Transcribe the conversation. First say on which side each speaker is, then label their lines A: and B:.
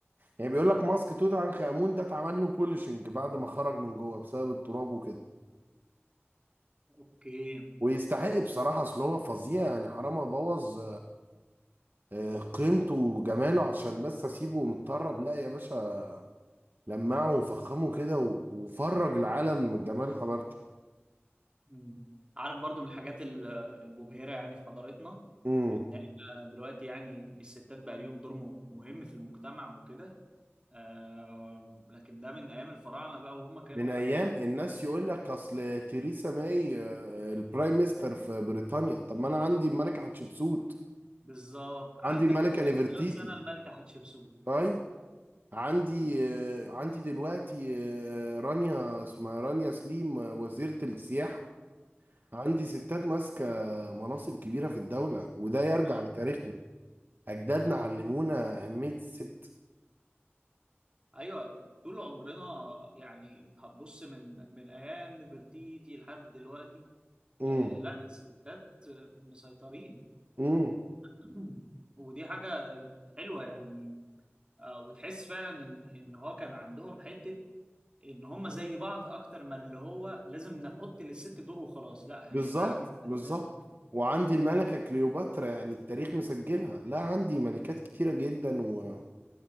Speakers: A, on the right; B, on the right.
A: يعني بيقول لك ماسك توت عنخ آمون ده اتعمل له بولشنج بعد ما خرج من جوه بسبب التراب وكده
B: اوكي
A: ويستحق بصراحة أصل هو فظيع يعني حرام أبوظ آه، قيمته وجماله عشان بس أسيبه متطرب لا يا باشا لمعه وفخمه كده و- وفرج العالم من جمال حضارته
B: مم. عارف برضو من الحاجات ال- المبهره يعني في حضارتنا
A: امم
B: ان احنا دلوقتي يعني الستات بقى ليهم دور م- مهم في المجتمع وكده آه لكن ده من ايام الفراعنه بقى وهم كانوا
A: من
B: حابين
A: أيام
B: في
A: الناس يقول لك أصل تheresa ماي آه، البرايم ميستر في بريطانيا طب ما أنا عندي الملكة حتشبسوت
B: بالظبط عندك
A: عندي ملكة
B: من 5000
A: نفرتيتي
B: سنه الملكه حتشبسوت
A: طيب عندي آه، عندي دلوقتي آه، رانيا اسمها رانيا سليم آه، وزيرة السياحة عندي ستات ماسكة مناصب كبيرة في الدولة وده يرجع
B: اه
A: لتاريخنا أجدادنا علمونا أهمية الست
B: ايوه طول عمرنا يعني هتبص من من ايام نفرتيتي لحد دلوقتي
A: امم
B: آه لا الستات آه، مسيطرين
A: امم
B: <clears throat> ودي حاجه حلوه يعني آه وتحس فعلا ان ان هو كان عندهم حته ان هم زي بعض اكتر من اللي هو لازم نحط للست دور وخلاص لا
A: بالظبط
B: هي فعلا هي كانت
A: بالظبط
B: زي الراجل
A: وعندي الملكة كليوباترا يعني التاريخ مسجلها لا عندي ملكات كتيرة جدا و...